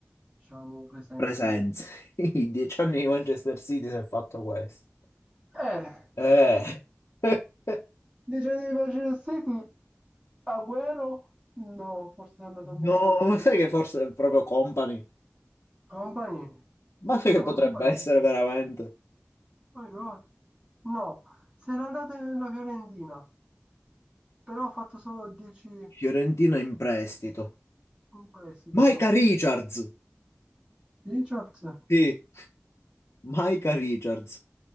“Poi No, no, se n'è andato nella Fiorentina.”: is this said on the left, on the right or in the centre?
Right